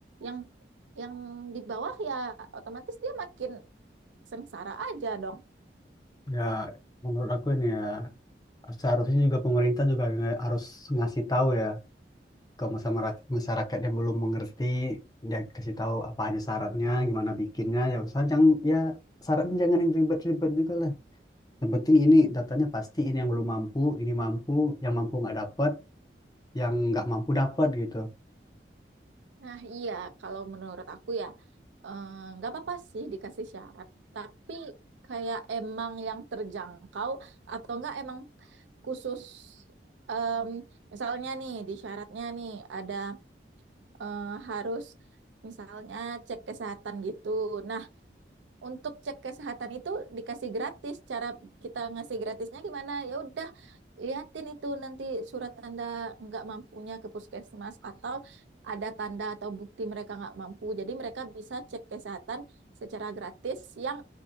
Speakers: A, on the right; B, on the left.
A: Yang yang di bawah ya otomatis dia makin sengsara aja dong.
B: ya, menurut aku ini ya seharusnya juga pemerintah juga nge- harus ngasih tahu ya ke masyarakat masyarakat yang belum mengerti dia kasih tahu apa aja syaratnya gimana bikinnya ya usah jangan ya syaratnya jangan yang ribet-ribet juga lah yang penting ini datanya pasti ini yang belum mampu ini mampu yang mampu nggak dapat yang nggak mampu dapat gitu
A: Nah, iya, kalau menurut aku ya, eh, nggak apa-apa sih dikasih syarat, tapi kayak emang yang terjangkau atau enggak emang khusus, em, misalnya nih, di syaratnya nih ada eh, harus misalnya cek kesehatan gitu. Nah, untuk cek kesehatan itu dikasih gratis. Cara kita ngasih gratisnya gimana? Ya udah liatin itu nanti surat tanda nggak mampunya ke puskesmas atau ada tanda atau bukti mereka nggak mampu. Jadi mereka bisa cek kesehatan secara gratis yang